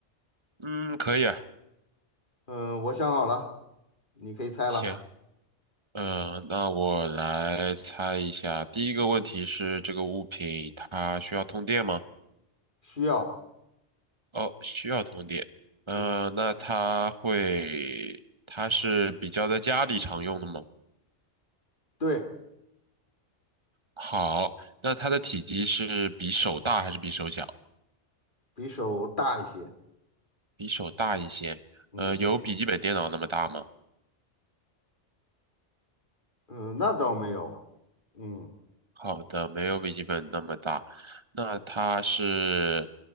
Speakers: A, on the right; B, on the left.
A: 嗯，可以啊，
B: 嗯，我想好了，你可以猜了。
A: 行，嗯，那我来猜一下，第一个问题是这个物品它需要通电吗？
B: 需要，
A: 哦，需要通电。嗯，
B: 嗯，
A: 那它会，它是比较在家里常用的吗？
B: 对，
A: 好，那它的体积是比手大还是比手小？
B: 比手大一些。
A: 比手大一些。
B: 嗯
A: 呃，有笔记本电脑那么大吗？
B: 嗯，那倒没有。嗯，
A: 好的，没有笔记本那么大。那它是，